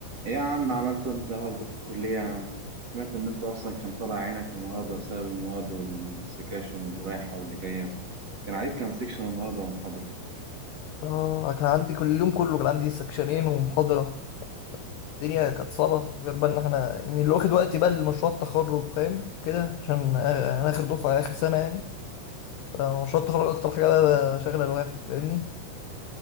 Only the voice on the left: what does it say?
اه كان عندي كل اليوم كله كان عندي سكشنين ومحاضرة الدنيا كانت صعبة غير بقى ان احنا يعني اللي واخد وقتي بقى لمشروع التخرج فاهم وكده عشان أ- انا اخر دفعة اخر سنة يعني فمشروع التخرج اكتر حاجة بقى شاغلة الواحد فاهمني